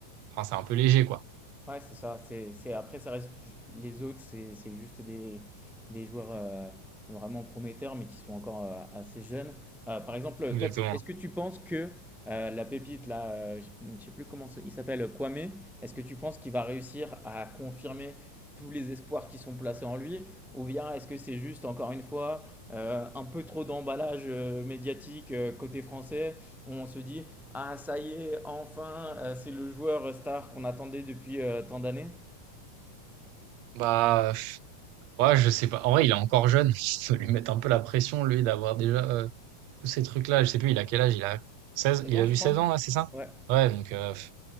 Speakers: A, on the right (about 65°); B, in the centre.
A: enfin, c'est un peu léger quoi.
B: Ouais, c'est ça. C'est, c'est, après, ça reste ju- les autres, c'est, c'est juste des, des joueurs euh, vraiment prometteurs, mais qui sont encore euh, assez jeunes. Euh, par exemple,
A: Exactement.
B: toi, tu- est-ce que tu penses que euh, la pépite, là, euh, je ne sais plus comment ça- il s'appelle, Kwame, est-ce que tu penses qu'il va réussir à confirmer tous les espoirs qui sont placés en lui, ou bien est-ce que c'est juste, encore une fois, euh, un peu trop d'emballage euh, médiatique euh, côté français, où on se dit, Ah, ça y est, enfin, euh, c'est le joueur star qu'on attendait depuis euh, tant d'années.
A: Bah, pff, ouais, je sais pas. En vrai, il est encore jeune. <laughs> Il faut lui mettre un peu la pression, lui, d'avoir déjà euh, tous ces trucs-là. Je sais plus, il a quel âge? Il a seize
B: seize
A: il
B: ans,
A: a
B: je
A: eu
B: crois.
A: 16 ans, là, c'est ça?
B: Ouais.
A: Ouais, donc, euh, pff,